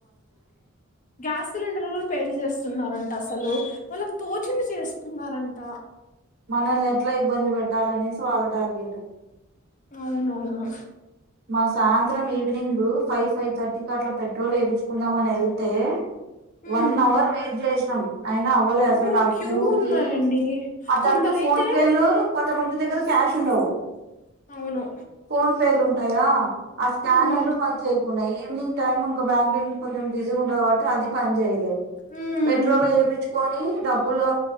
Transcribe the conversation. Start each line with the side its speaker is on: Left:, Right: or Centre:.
Left: గ్యాస్ సిలిండర్ వా పేరు చేస్తున్నారుంటే అసలు వాళ్ళకు తోచింది చేస్తుకున్నారంట
Right: మనల్ని ఎట్లా ఇబ్బంది పెట్టాలనేసి వాళ్ళ టార్గెట్
Left: అవునవును
Right: మా సాయంత్రం ఈవినింగ్ ఫైవ్ ఫైవ్ థర్టీకి అట్లా పెట్రోల్ వేయిచుకుందాం అని వెళ్తే
Left: మ్మ్.
Right: వన్ అవర్ వెయిట్ చేసాం అయినా అవ్వలే
Left: అవును
Right: అసలుకి ఆ క్యూ
Left: ఉన్నాయండి
Right: కి అది
Left: కొందరైతే
Right: అట్టు ఫోన్ పేలు కొంత మంది దగ్గర క్యాష్ ఉండవు
Left: అవును
Right: ఫోన్ పేలు ఉంటాయా ఆ స్కానర్లు
Left: మ్మ్.
Right: పని చేయకుయి ఈవినింగ్ టైమ్ం బ్యా కొంచెం బిజీ ఉట్టి అది పనిచేయలే
Left: మ్మ్.
Right: పెట్రోలు ఏపిచ్చుకొని డబ్బులు